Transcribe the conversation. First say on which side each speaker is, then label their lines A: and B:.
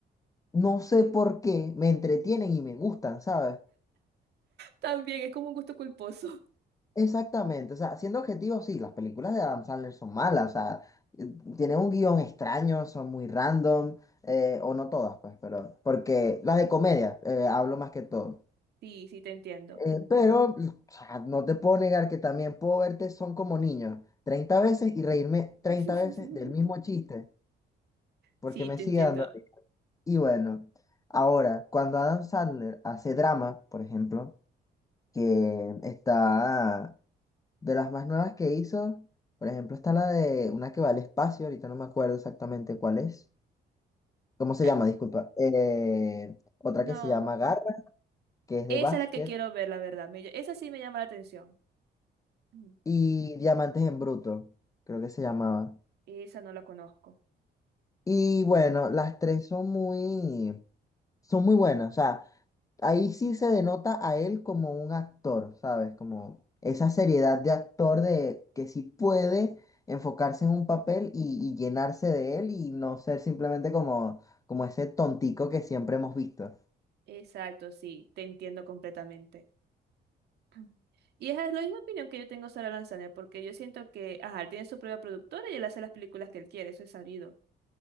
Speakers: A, on the left; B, on the right.
A: no sé por qué me entretienen y me gustan, ¿sabes?
B: También es como un gusto culposo.
A: Exactamente, o sea, siendo objetivo, sí, las películas de Adam Sandler son malas, o sea, eh, tienen un guión extraño, son muy random, eh, o no todas, pues, pero, porque las de comedia, eh, hablo más que todo.
B: Sí, sí, te entiendo.
A: Eh, pero, o sea, no te puedo negar que también puedo verte son como niños, 30 veces y reírme 30
B: <laughs>
A: veces del mismo chiste, porque
B: Sí,
A: me
B: te
A: sigue
B: entiendo.
A: dando risa. Y bueno, ahora, cuando Adam Sandler hace drama, por ejemplo, que está De las más nuevas que hizo, por ejemplo, está la de una que va al espacio, ahorita no me acuerdo exactamente cuál es. ¿Cómo se
B: Ah,
A: llama? Disculpa. Eh, otra
B: No,
A: que se llama Garra, que es
B: esa
A: de básquet,
B: es la que quiero ver, la verdad. Me ll- esa sí me llama la atención. Mm,
A: y Diamantes en Bruto, creo que se llamaba.
B: Esa no la conozco.
A: Y bueno, las tres son muy, son muy buenas. O sea, ahí sí se denota a él como un actor, ¿sabes? Como esa seriedad de actor de que sí puede enfocarse en un papel y, y llenarse de él y no ser simplemente como, como ese tontico que siempre hemos visto.
B: Exacto, sí, te entiendo completamente. Mm. Y esa es la misma opinión que yo tengo sobre Lanzaner, porque yo siento que, ajá, él tiene su propia productora y él hace las películas que él quiere, eso es sabido.